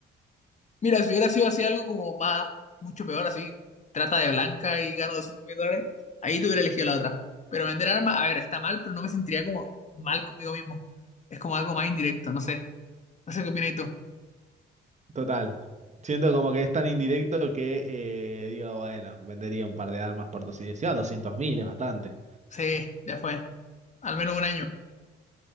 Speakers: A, on the left (about 35°); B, on the right (about 35°).
A: Mira, si hubiera sido así algo como más, mucho peor, así, trata de blanca y gano doscientos mil dólares, ahí te hubiera elegido la otra. Pero vender armas, a ver, está mal, pero no me sentiría como mal conmigo mismo. Es como algo más indirecto, no sé. No sé qué opinas tú.
B: Total. Siento como que es tan indirecto que eh, digo, bueno, vendería un par de armas por doscientos Sí, a 200 mil es bastante.
A: Sí, ya fue. Al menos un año.